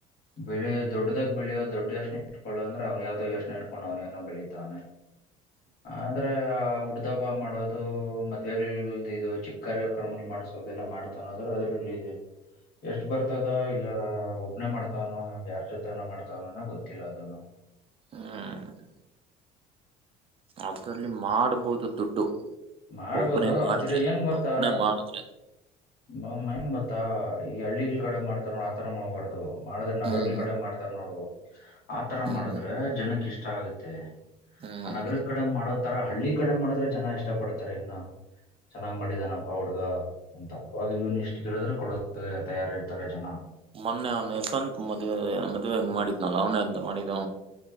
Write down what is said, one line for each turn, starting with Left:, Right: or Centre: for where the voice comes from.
Left: ಬೆಳೆಯೋ ದೊಡ್ಡದಾಗ ಬೆಳೆಯೋದು. ದೊಡ್ಡ ಯೋನೆನ ಇಟ್ಕಳ ಅವ್ನ ಯಾವ್ದೋ ಯೋಚನ ಇಟ್ಕೊಂಡ ಅವನೇನ ಬೆಳಿತವನ. ಅಂದ್ರೆ ಹುಟ್ಟದಬ್ಬ ಮಾಡೋದು ಮದ್ವೆ ಇದು ಚಿಕ್ಕ ಕಾರ್ಯ ಕ್ರಮಗಳು ಮಾಡಸದು ದೆಲ್ಲ ಮಾಡ್ತಾನ ಆದ್ರೆ ಅದ್ರಲ್ಲಿ ಎಷ್ಟ್ ಬರ್ತದೋ ಇಲ್ಲ ಒಬ್ನೇ ಮಾಡ್ತಾವ್ನೋ ಯಾರ್ ಜೊತನ ಮಾಡ್ತವನನೋ ಗೊತ್ತಿಲ್ಲ ಅದನು.
Right: ಹ್ಮ. ಅದ್ರಲ್ಲಿ ಮಾಡ್ಬಹುದು ದುಡ್ಡು.
Left: ಮಾಡ್ಬೋದು
Right: ಒಬ್ಬನೇ ಮಾಡಿದ್ರೆ
Left: ಅದ್ರೆ ಏನ್ ಗೊತ್ತಾ
Right: ಒಬ್ಬನೇ ಮಾಡಿದ್ರೆ
Left: ಮಮ್ಮ ನ್ ಗೊತ್ತಾ ಈ ಹಳ್ಳಿಗಳ ಕಡೆ ಮಾಡ್ತಾರ ನೋಡ್ ಆತರ ಮಾಡ್ಬಾರ್ದು ಮಾಡಿದ್ರ ನಗರಗಳ
Right: ಹ್ಮ್
Left: ಕಡೆ ಮಾಡ್ತಾರ ನೋಡು ಆತರ
Right: ಹ್ಮ್
Left: ಮಾಡಿದ್ರೆ ಜನಕ್ಕೆ ಇಷ್ಟ ಆಗತ್ತೆ
Right: ಹ್ಮ್
Left: ಆ ನಗರ ಕಡೆ ಮಾಡೋ ತರ ಹಳ್ಳಿ ಕಡೆ ಮಾಡಿದ್ರೆ ಜನ ಇಷ್ಟ ಪಡ್ತಾರೆ ಇನ್ನ ಚೆನ್ನಾಗ್ ಮಾಡಿದಾನಪ್ಪ ಹುಡ್ಗ. ಅಂತ ಅವಾಗ ಇವ್ನ್ ಇಷ್ಟು ಕೇಳಿದ್ರರು ಕೊಡೋದ ತಯಾರಿ ಇರ್ತಾರೆ ಜನ.
Right: ಮೊನ್ನೆ ಅವ್ನಂತ ಮದ್ ಮದ್ವೆ ಹೆಂಗ್ ಮಾಡಿದ್ನಲ್ಲ ಅವನ ಎಂತ ಮಾಡಿದ.